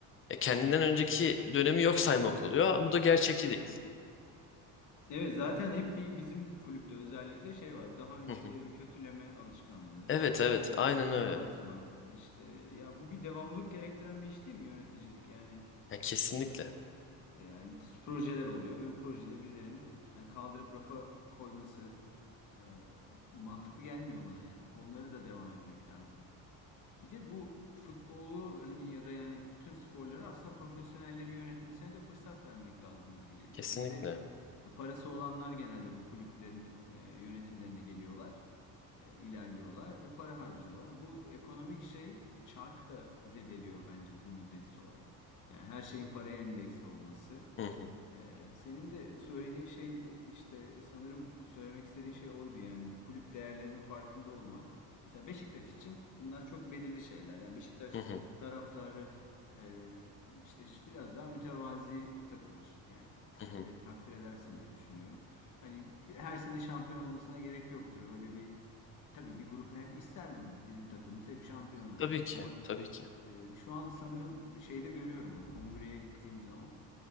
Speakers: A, on the left; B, on the left.
A: e, kendinden önceki dönemi yok saymak oluyor. Ama Bu da gerçekçi değil.
B: Evet zaten hep bir bizim kulüpte özellikle şey var. Daha öncekileri
A: Hı hı.
B: bir kötüleme alışkanlığı,
A: Evet evet aynen
B: e, çamur
A: öyle.
B: atma. işte ya bu bir devamlılık gerektiren bir iş değil mi yöneticilik? Yani
A: Ya kesinlikle
B: e, yani projeler oluyor ve bu projede birilerinin yani kaldırıp rafa koyması e, mantıklı gelmiyor bana yani. Onları da devam etmek lazım. Bir de bu futbolu hani ya da yani bütün sporları aslında profesyonellerin yönetmesine de fırsat vermek lazım gibi geliyor.
A: kesinlikle.
B: Bizde parası olanlar genelde bu kulüplerin e, yönetimlerine geliyorlar e, ilerliyorlar ve para harcıyorlar. Bu ekonomik şey e, çark da zedeliyor bence bir müddet sonra. Yani her şeyin paraya endeksli olması.
A: Hı hı,
B: E, senin de söylediğin şey işte sanırım söylemek istediğin şey oydu yani bir kulüp değerlerinin farkında olmak Mesela Beşiktaş için bunlar çok belirli şeyler. Yani Beşiktaş
A: hı hı,
B: taraftarı e, işte biraz daha mütevazi takılır. Yani sen
A: hı hı.
B: de takdir edersin diye düşünüyorum. Hani her sene şampiyon olmasına gerek yoktur. Öyle bir tabii bir grup hep ister bunu. Bizim takımımız hep şampiyon olsun.
A: Tabii ki
B: Ama
A: tabii ki.
B: e, şu an sanırım şeyde görüyorum onu. Kongreye gittiğim zaman